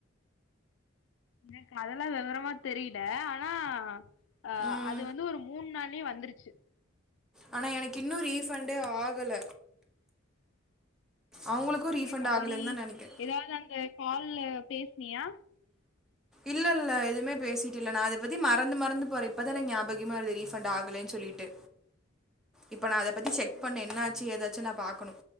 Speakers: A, on the left (about 65°); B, in the centre.
A: எனக்கு அதெல்லாம் வெவரமா தெரியல ஆனா அஹ
B: ம்
A: அது வந்து ஒரு மூணு நாளே வந்துருச்சு
B: ஆனா எனக்கு இன்னும் ரீபண்டே ஆகல அவங்களுக்கு ரீஃபண்ட்
A: ஏ அப்ப
B: ஆகலன்னு
A: நீ
B: தா நெனைக்கிறே
A: ஏதாவது அந்த கால்ல பேசுனியா
B: இல்ல இல்ல எதுமே பேசிட்டு இல்ல நான் அதை பத்தி மறந்து மறந்து போறேன் இப்பத எனக்கு ஞாபகமே வருது ரீபண்ட் ஆகலேன்னு சொல்லிட்டு இப்ப நான் அதை பத்தி செக்
A: ம்
B: பண்ணே என்ன ஆச்சு ஏதாச்சு ச்சே நான் பா்க்கணும்